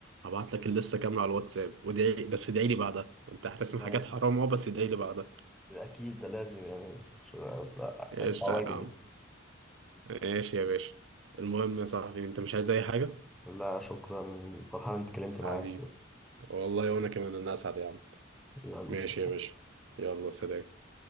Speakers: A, on the right; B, in the centre.
A: هبعت لك اللسته كامله على الواتساب ودعي بس ادعي لي بعدها انت هتسمع
B: ماشي
A: حاجات حرام اه بس ادعي لي بعدها
B: اكيد ده لازم يعني شو ده-
A: ايش
B: انت واجب
A: يا عم ماشي يا باشا المهم يا صاحبي انت مش عايز اي حاجه
B: لا شكرا فرحان انت اتكلمت
A: حبيبي
B: معاك
A: والله وانا كمان انا اسعد يا عم
B: يلا
A: ماشي
B: سلام.
A: يا باشا يلا سلام